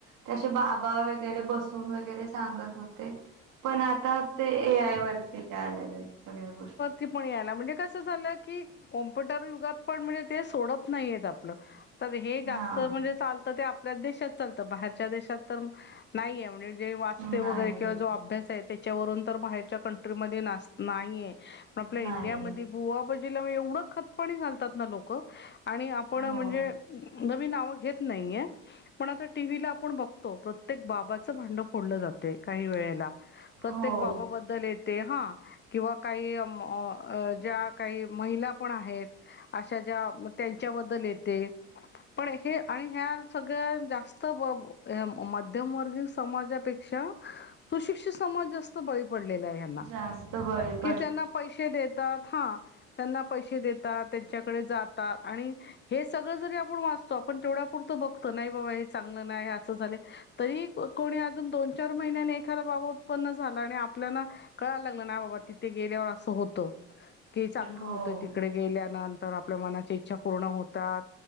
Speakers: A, on the right; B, on the left.
A: ते आस बाबा वगेरे वगैरे बसून वगैरे सांगत होते, पण आता ते ए आय वरती आलेल हाएत सगळ्या गोष्टी
B: ते पण यायला म्हणजे कस झालं, की कॉमप्युटर युगात पण म्हणजे ते सोडत नाहीयत आपल तर हे जास्त
A: हा
B: म्हणजे चालतं ते, आपल्याच देशात चालतं बाहेरच्या देशात तर नाहीय म्हणजे जे वाचते
A: नाही
B: वगैरे किंवा जो अभ्यास आहे. त्याच्यावरून तर बाहेरच्या कंट्रीमध्ये नास नाहीये पण आपल्या
A: नाही
B: इंडियामध्ये बुवाबाजीला म्हंजे, एवढं खतपणी घालतात ना लोक आणि आपण
A: हो
B: म्हणजे नवीन नावं घेत नाहीये. पण आता टीव्हीला आपण बघतो. प्रत्येक बाबाचं भांड फोडलं जातय काही वेळेला
A: हो
B: प्रत्येक बाबाबद्दल येते हा किंवा काही म अ ज्या काही महिला पण आहेत, अशा ज्या त्यांच्याबद्दल येते. पण हे आणि ह्या सगळ्या जास्त मध्यमवर्गीय समाजापेक्षा अ सुशिक्षित समाज जास्त बळी पडलेला आहे ह्याना
A: जास्त वळेत
B: कि त्यांना पैसे देतात हा त्यांना पैसे देतात त्यांच्याकडे जाता आणि हे सगळं जरी आपण वाचतो आपण तेवढ्यापुरतं बघतो नाय बाबा हे चांगलं नाय हे असं झालं तरी कोणी अजून दोन चार महिन्याने एखादा बाबा उत्पन्न झाला आणि आपल्याला कळायला लागलं नाय बाबा तिथे गेल्यावर असं होतं की चांगलं
A: हो
B: होतं तिकडे गेल्यानंन तर आपल्या मनाची इच्छा पूर्ण होतात